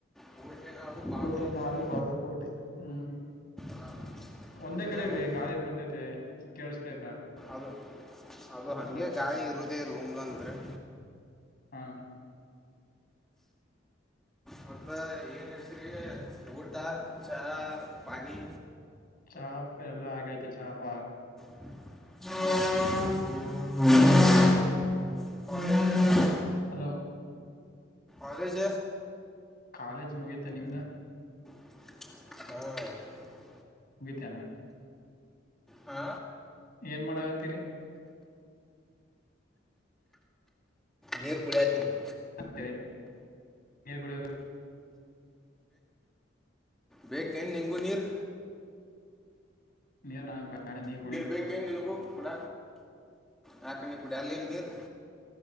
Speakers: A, in the centre; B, on the left.
A: ಕೋಟೆನಾಡು ಬಾಗಲಕೋಟೆ
B: ಕೋಟೆ ನಾಡು ಬಾಗಲಕೋಟೆ ಹ್ಮ್
A: ಹಾ
B: ಒಂದೇ
A: ನಿಮ್ದು
B: ಕಡೆ
A: ಯಾವುದು
B: ರೀ ಗಾಳಿ ಬರ್ತೈತೆ ಕೇಳಸ್ತಾ ಇಲ್ಲ
A: ಅದು ಅದು ಹಾಗೆ
B: ಹಲೋ
A: ಗಾಳಿ ಇರುದೇ ರೂಮ್ದಂದ್ರೆ
B: ಹಾ
A: ಮತ್ತ ಏನ್ ಹಳ್ತರಿ ಊಟ ಚಹ ಪಾನಿ
B: ಚಾಪ ಎಲ್ಲ ಆಗೈತೆ ಚಾಪ
A: ಒ <inaudible>
B: ಹಲೋ
A: ಆರೆಜ
B: ಕಾಲೇಜ್ ಮುಗಿತ ನಿಮ್ದ
A: ಹ್ಮ
B: ಮುಗಿತೇನಾ
A: ಹಾ
B: ಏನ್ ಮಾಡಗತ್ತೀರಿ
A: ನೀರ ಕುಡಿಯಕಹತ್ತೀನಿ
B: ಹ ಸರಿ ನೀ ಕೂಡ
A: ಬೇಕ ಏನ್ ನಿಂಗ ನೀರ್
B: ನೀವ ನನಗ್ ಬೇಡ ನೀ ಕುಡಿ
A: ಬೇಕೇ ನಿನಗೂ ಕೂಡ ಯಾಕೆ ನಿ ಕುಡಿಯಾಲ ನೀರ್